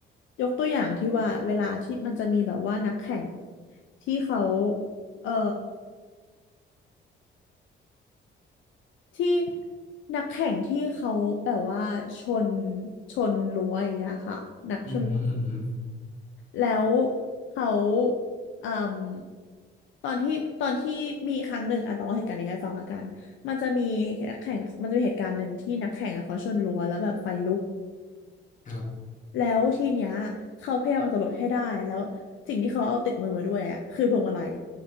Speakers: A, on the left; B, on the left.
A: ยกตัวอย่างที่ว่าเวลาที่มันจะมีแบบว่านักแข่งที่เขาเอ่อที่นักแข่งที่เขาแบบว่าชนชนรั้วอย่างเงี้ยค่ะนักชน
B: อือหืออือหือ
A: แล้วเขาเอ่มตอนที่ตอนที่มีครั้งหนึ่งอ่ะต้องเล่าเหตุการณ์นี้ให้ฟังละกันมันจะมีนักแข่งมันจะมีเหตุการณ์หนึ่งที่นักแข่งอ่ะเขาชนรั้วแล้วแบบไฟลุก
B: ครับ
A: แล้วทีเนี้ยเขาพยายามเอาตัวรอดให้ได้แล้วสิ่งที่เขาเอาติดมือมาด้วยอ่ะคือพวงมาลัย